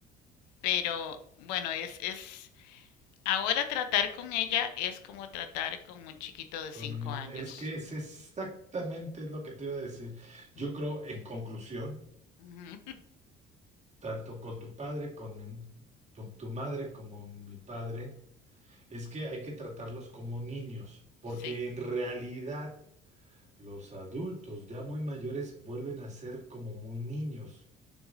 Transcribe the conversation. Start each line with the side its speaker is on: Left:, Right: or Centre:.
Left: pero bueno, es, es, ahora tratar con ella es como tratar con un chiquito de
Right: Con
Left: cinco
Right: un niño.
Left: años.
Right: Es que es exactamente lo que te iba a decir. Yo
Left: <laughs>
Right: creo, en conclusión.
Left: Ujú.
Right: tanto con tu padre, con mi- tu, tu madre como mi padre, es que hay que tratarlos como niños, porque
Left: Sí,
Right: en realidad los adultos ya muy mayores vuelven a ser como muy niños,